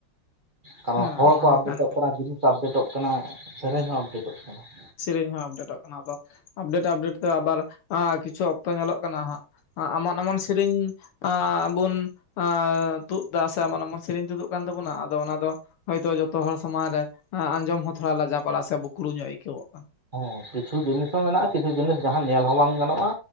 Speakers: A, on the right (about 30°); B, on the left (about 80°).
A: ᱠᱟᱨᱚᱱ
B: ᱦᱮᱸ
A: ᱦᱚᱲ
B: ᱚᱱᱟ
A: ᱠᱚ
B: ᱦᱚᱸ
A: ᱟᱯᱰᱮᱴᱚᱜ
B: ᱠᱟᱱ
A: ᱠᱟᱱᱟ ᱡᱤᱱᱤᱥ ᱟᱯᱰᱮᱴᱚᱜ ᱠᱟᱱᱟ ᱥᱮᱨᱮᱧ ᱦᱚᱸ ᱟᱯᱰᱮᱴᱚᱜ ᱠᱟᱱᱟ ᱾
B: ᱥᱮᱨᱮᱹᱧ ᱦᱚᱸ ᱟᱯᱰᱮᱴᱚᱜ ᱠᱟᱱᱟ ᱟᱫᱚ ᱟᱯᱰᱮᱴ ᱟᱯᱰᱮᱴ ᱛᱮ ᱟᱵᱟᱨ ᱠᱤᱪᱷᱩ ᱚᱠᱛᱚ ᱧᱮᱞᱚᱜ ᱠᱟᱱᱟ ᱦᱟᱸᱜ ᱮᱢᱟᱱ ᱮᱢᱟᱱ ᱥᱮᱨᱮᱧ ᱟ ᱵᱚᱱ ᱟ ᱛᱩᱫ ᱫᱟ ᱥᱮ ᱮᱢᱚᱱ ᱮᱢᱚᱱᱥᱮᱨᱮᱧ ᱛᱩᱫᱩᱜ ᱠᱟᱱ ᱛᱟᱵᱚᱱᱟ ᱟᱫᱚ ᱚᱱᱟ ᱫᱚ ᱦᱚᱭᱛᱚ ᱡᱚᱛᱚ ᱦᱚᱲ ᱥᱚᱢᱟᱝ ᱨᱮ ᱟᱸᱡᱚᱢ ᱦᱚᱸ ᱛᱷᱚᱲᱟ ᱞᱟᱡᱟ ᱯᱟᱲᱟ ᱥᱮ ᱵᱩᱠᱲᱩ ᱧᱚᱜ ᱟᱹᱭᱠᱟᱹᱣᱚᱜ ᱠᱟᱱᱟ ᱾
A: ᱦᱮᱸ ᱠᱤᱪᱷᱩ ᱡᱤᱱᱤᱥ ᱦᱚᱸ ᱢᱮᱱᱟᱜᱼᱟ ᱠᱤᱪᱷᱩ ᱡᱤᱱᱤᱥ ᱡᱟᱦᱟᱸ ᱧᱮᱞ ᱦᱚᱸ ᱵᱟᱝ ᱜᱟᱱᱚᱜᱼᱟ